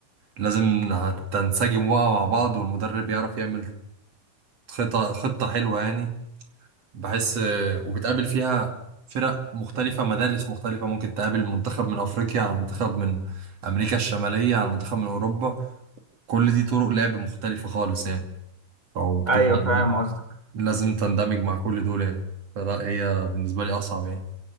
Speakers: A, on the right; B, on the left.
A: لازم تنسجم بقى مع بعض والمدرب يعرف يعمل خطة خطة حلوة يعني بحس وبتقابل فيها فرق مختلفة مدارس مختلفة ممكن تقابل منتخب من أفريقيا على منتخب من أمريكا الشمالية على منتخب من أوروبا كل دي طرق لعب مختلفة خالص يعني أو بتبقى
B: ايوه فاهم قصدك
A: لازم تندمج مع كل دول يعني فلا هي بالنسبة لي أصعب يعني